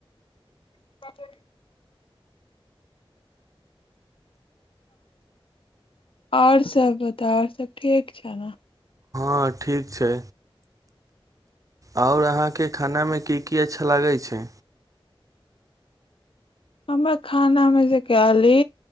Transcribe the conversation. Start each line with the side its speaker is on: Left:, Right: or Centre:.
Left: <inaudible> ओर सब बता आओर सब ठीक छौ ने
Right: हँ ठीक छै ओर अहाँके खानामे की की अच्छा लागै छै
Left: हमर खाना मे से कली